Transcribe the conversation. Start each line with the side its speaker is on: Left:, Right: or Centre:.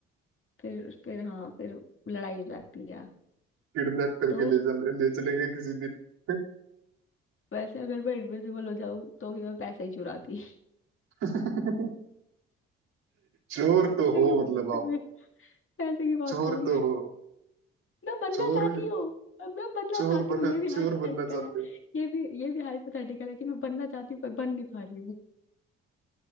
Left: फिर फिर हाँ फिर लड़ाई हो जाती है
Right: किडनैप करके
Left: तो
Right: ले चल ले चलेंगे किसी दिन
Left: वैसे अगर मैं इनविजिबल हो जाऊं तो भी मैं पैसा ही चुराती
Right: <laughs> चोर
Left: <laughs>
Right: तो
Left: पैसे
Right: हो
Left: की बात
Right: मतलब
Left: कमी
Right: आप
Left: है पैसे की बहुत
Right: चोर
Left: कमी
Right: तो
Left: है
Right: हो
Left: मैं बनना
Right: चोर
Left: चाहती हूँ मैं बनना
Right: चोर
Left: चाहती
Right: बन,
Left: हूँ ये भी
Right: चोर
Left: हाइपोथेटिकल
Right: बनना चाहते
Left: है
Right: हो
Left: ये भी ये भी हाइपोथेटिकल है कि मैं बनना चाहती हूँ पर बन नहीं पा रही हूँ